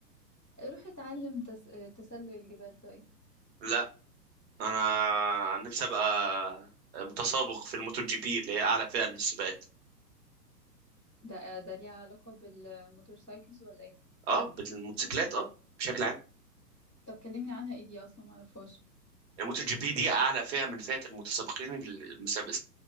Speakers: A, in the centre; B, on the right.
A: روح اتعلم تس... آه، تسلق الجبال طيب
B: لا انا نفسي ابقى متسابق في الموتو جي بي اللي هي اعلى فئه للسباقات
A: ده ده ليه علاقه بالموتور سايكلز ولا ايه
B: اه بالموتوسيكلات اه بشكل عام
A: طب كلمني عنها ايه دي اصلا ما اعرفهاش
B: الموتو جي بي دي اعلى فئه من فئه المتسابقين المسابق